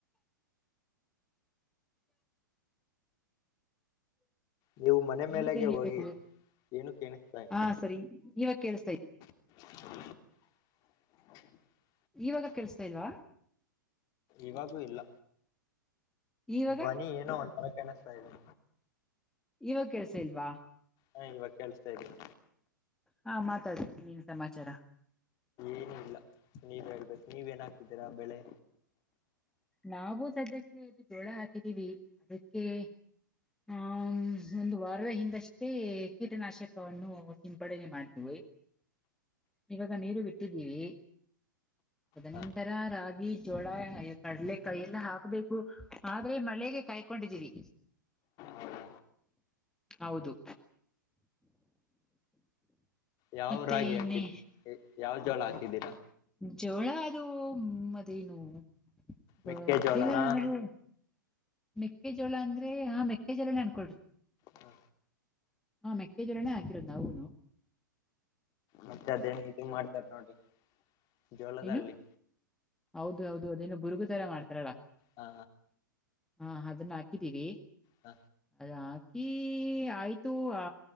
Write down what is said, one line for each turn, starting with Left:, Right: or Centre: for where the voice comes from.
Left: ನೀವು ಮನೆ ಮೇಲೆಗೆ
Centre: ಏನಿದೆ ಹೇಳ್ಬೇಕು
Left: ಹೋಗಿ ಕೇಳಿಸ್ತಾ ಇಲ್ಲ.
Centre: ಹಾ ಸರಿ ಇವಾಗ ಕೇಳಸ್ತ ಇ
Left: <inaudible> ಹ <unintelligible>
Centre: ಇವಾಗ ಕೇಳಸ್ತಾಲ್ವಾ
Left: ಇವಾಗೂ ಇಲ್ಲ
Centre: ಇವಾಗ
Left: ಧ್ವನಿ ಏನೋ ಒಂತರ ಕೇಳಿಸ್ತಾ ಇದೆ
Centre: ಇವಾಗ ಕೆಲ್ಸ ಇಲ್ವಾ
Left: ಹಾ ಇವಾಗ ಕೇಳಸ್ತಾ ಇದೀವಿ
Centre: ಹಾ ಮಾತಾಡ್ತೀನಿ ನೀನ್ ಸಮಾಚಾರ
Left: ಏನು ಇಲ್ಲ ನೀವೇ ಹೇಗ್ಬೇಕು ನೀವೇನ್ ಹಾಕಿದ್ದೀರಾ ಬೆಳೆ
Centre: ನಾವವು ಸದ್ಯಕ್ಕೆ ಇದು ಜೋಳ ಹಾಕಿದ್ದೀವಿ ಅದಕ್ಕೆ ಹ ಒಂದು ವಾರದ ಹಿಂದಷ್ಟೇ ಕೀಟನಾಶಕವನ್ನು ಸಿಂಪಡಣೆ ಮಾಡಿದ್ವಿ ಇವಾಗ ನೀರು ಬಿಟ್ಟಿದ್ದೀವಿ ತದನಂತರ
Left: ಹ
Centre: ರಾಗಿ ಜೋಳ ಕಡಲೆಕಾಯಿ ಎಲ್ಲ ಹಾಕ್ಬೇಕು ಆದ್ರೆ ಮಳೆಗೆ ಕಾಯ್ಕೊಂಡಿದ್ದೀರಿ
Left: ಹೌದಾ
Centre: ಹೌದು
Left: ಯಾವ್
Centre: ಮತ್ತೆ
Left: ರಾಗಿ
Centre: ಇನ್ನೆ
Left: ಹಾಕಿದ ಯಾವ ಜೋಳ ಹಾಕಿದ್ದೀರಾ
Centre: ಜವಳ ಅದು ಅದೇನು ಗೊತ್ತಿಲ್ಲ
Left: ಮೆಕ್ಕೆಜೋಳನಾ
Centre: ನನಗೆ ಮೆಕ್ಕೆಜೋಳ ಅಂದ್ರೆ ಹಾ ಮೆಕ್ಕೆಜೋಳೇ ಅನ್ಕೊಳ್ರಿ
Left: ಹ್ಮ
Centre: ಹಾ ಮೆಕ್ಕೆಜ್ವರನೇ ಹಾಕಿರೋದು ನವುನು
Left: ಮತ್ತೆ ಅದೇನ್ ಇದು ಮಾಡ್ತಾರೆ ನೋಡಿ ಜೋಲದಲ್ಲಿ
Centre: ಏನು ಹೌದು ಹೌದು ಅದೇನ್ನುನು ಬುರುಗು ತರ ಮಾಡ್ತಾರಲ್ಲ
Left: ಹ
Centre: ಹಾ ಅದನ್ನ ಹಾಕಿದ್ದೀವಿ
Left: ಹ
Centre: ಅದ ಈ ಆಯ್ತು ಆ